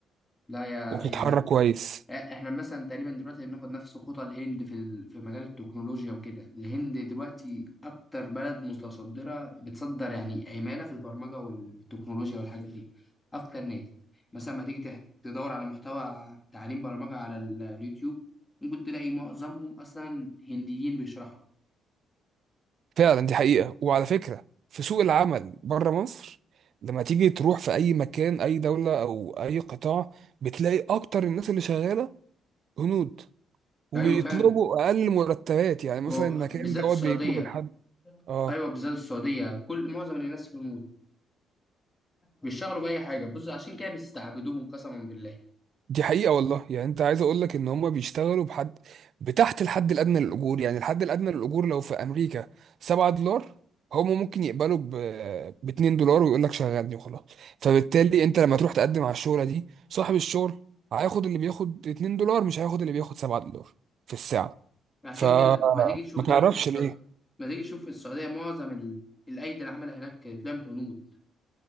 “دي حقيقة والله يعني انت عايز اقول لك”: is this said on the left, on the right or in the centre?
Right